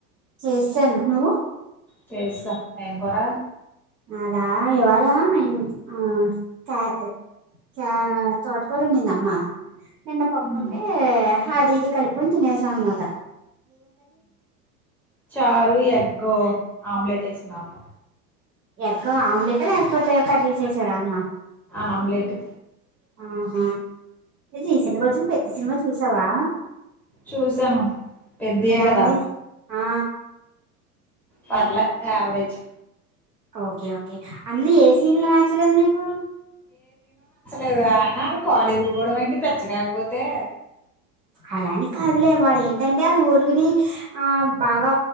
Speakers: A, on the right (about 85°); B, in the centre.
A: చేసేసాను నువ్వు
B: చేస్సా ఎం కూర
A: అదా ఇవాల ఆ క్య క్య తోటకుర వండిందా అమ్మ నిన్న పప్పు
B: ఉమ్
A: ఉంటే అది ఇది కలుపుకొని తినేసాం అన్నమాట
B: చారు ఎగ్ ఆమ్లెట్ ఎసిందమ్మ
A: ఎగ్గో ఆమ్లెట్ లేకపోతే కర్రీ చేస్ సర అమ్మ
B: ఆమ్లెట్
A: అహ రీసెంట్ గా వచ్చిన పెద్ది సినిమా చూసావా
B: చూసాను పెద్దియే
A: ఎలా
B: కదా
A: ఉంది ఆ
B: పర్లే యావరేజ్
A: ఓకే ఓకే అందులో ఏ సీన్లు నచ్చలేదు నీకు
B: లేదా ఆయన ఆడు కాళ్ళ ఇరిగిపోవడం ఏంటి పిచ్చ కాకపోతే
A: అలాని కాదులే వాడేంటంటే ఆళ్ళ ఊరువిని ఆ బాగా